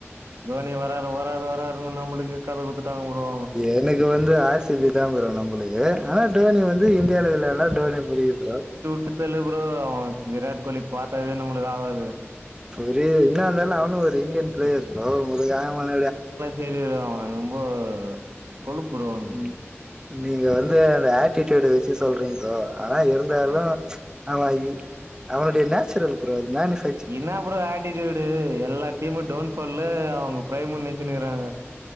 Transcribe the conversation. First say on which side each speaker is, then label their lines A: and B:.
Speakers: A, on the right; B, on the right.
A: தோனி வராரு வராரு வராருன்னு நம்மளுக்கு கத குடுத்துட்டாங்க ப்ரோ
B: எனக்கு வந்து ஆர் சி பி தா ப்ரோ நம்மளுக்கு ஆனா டோனி வந்து யாள இல்லன்னா டோனிய புடிக்கு ப்ரோ
A: ல்ல ப்ரோ அவன் விராட் கோலி பாத்தாவே நம்மளுக்கு ஆவாது
B: புரிய இன்னா இருந்தாலு அவனு ஒரு இந்தியன் பிளேயர் ப்ரோ உங்களுக்கு அவன
A: தெரியல்ல அவ ரொம்போ கொழுப்பு ப்ரோ அவனுக்கு
B: ம் நீங்க வந்து அந்த ஆட்டிடூடு வச்சு சொல்றீங்க ஆனா இருந்தாலு
A: ஆ
B: அவ இ அவனுடைய நேச்சுரல் குரல் மேனிஸ்
A: இன்ன ப்ரோ ஆட்டிடியூடு எல்லா டீமு டோன் ஃபால அவ்ங்க ப்ரைமுன் நென்ச்சுன்னிக்குறாங்க